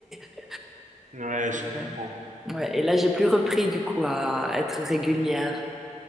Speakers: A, in the centre; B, on the right.
A: <laughs>
B: Ouais, je comprends.
A: aller. Ouais, et là, j'ai plus repris du coup à être régulière.